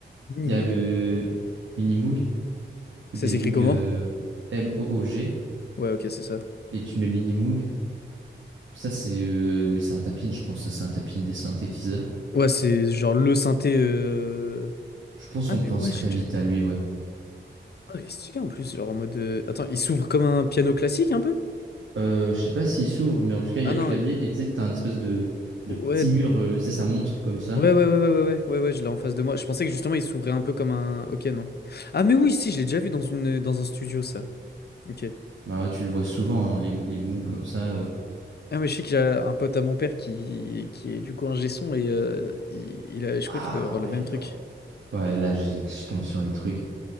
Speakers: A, on the left; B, on the right.
A: Minimog.
B: Il y a le mini moog ou
A: Ça
B: des
A: s'écrit
B: moog
A: comment?
B: euh, M-O-O-G
A: Ouais, ok, c'est ça.
B: et tu mets mini moog. Ça c'est, euh, mais c'est un tapin, je pense. Ça c'est un tapin des synthétiseurs.
A: Ouais, c'est genre le synthé. euh,
B: Je pense
A: Ah,
B: qu'on
A: mais
B: pense
A: ouais,
B: très
A: j'ai déjà
B: vite
A: vu.
B: à lui, ouais.
A: Ah, il est stylé en plus, genre en mode. euh, Attends, il s'ouvre comme un piano classique un peu?
B: Euh, je sais pas s'il s'ouvre, mais en tout cas, il
A: Ah
B: y a le
A: non,
B: clavier.
A: il.
B: Et tu sais, t'as un espèce de, de
A: Ouais.
B: petit mur, euh, tu sais, ça monte comme ça.
A: Ouais, ouais, ouais, ouais, ouais, ouais, ouais, ouais, je l'ai en face de moi. Je pensais que justement il s'ouvrait un peu comme un. Ok, non. Ah, mais oui, si, je l'ai déjà vu dans une, dans un studio, ça. Ok.
B: Bah, tu le vois souvent, hein, les, les moves comme ça. euh.
A: Ah, mais je sais qu'il y a un pote à mon père qui, qui est du coup un son et euh, il, il a, je
B: Ah
A: crois qu'il doit avoir
B: ouais,
A: le même
B: non.
A: truc.
B: Ouais, là, j'ai- je tombe sur des trucs.